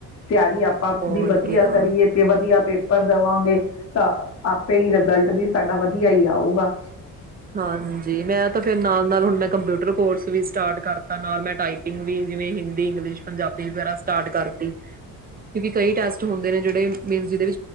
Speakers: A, on the left (about 40°); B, on the right (about 25°).
A: ਤਿਆਰੀ ਆਪਾਂ
B: ਹੋਰ
A: ਦੀ ਵਧੀਆ
B: ਕਿਆ।
A: ਕਰੀਏ ਵਧੀਆ ਪੇ ਦੇਵਾਂਗੇ ਤਾਂ ਆਪੇ ਹੀ ਰਿਜ਼ਲਟ ਵੀ ਸਾਡਾ ਵਧੀਆ ਹੀ ਆਊਗਾ।
B: ਹਾਂਜੀ। ਮੈਂ ਤਾਂ ਫੇਿਰ ਨਾਲ ਨਾਲ ਹੁਣ ਮੈਂ ਕੰਪਿਊਟਰ ਕੋਰਸ ਵੀ ਸਟਾਰਟ ਕਰਤਾ ਨਾਲ ਮੈਂ ਟਾਈਪਿੰਗ ਵੀ। ਜਿਵੇਂ ਹਿੰਦੀ, ਇੰਗਲਿਸ਼, ਪੰਜਾਬੀ ਵਗਰਾ ਸਟਾਰਟ ਕਰਤੀ। ਕਿਉਂਕਿ ਕਈ ਟੈਸਟ ਹੁੰਦੇ ਨੇ ਜਿਹੜੇ ਮੀਨ ਜਿਹਦੇ